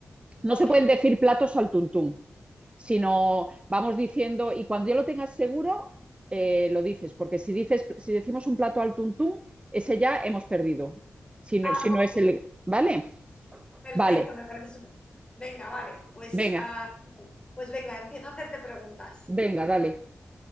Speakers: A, on the right; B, on the left.
A: No
B: ok.
A: se pueden decir platos al tuntún. sino vamos diciendo, y cuando ya lo tengas seguro, eh, lo dices, porque si, dices, si decimos un plato al tuntún, ese ya hemos perdido, si no,
B: Ah,
A: si
B: ok.
A: no es el... ¿Vale?
B: Perfecto,
A: Vale,
B: me parece súper. Venga, vale. Pues,
A: venga,
B: ah, pues venga, empiezo a hacerte preguntas.
A: venga, dale.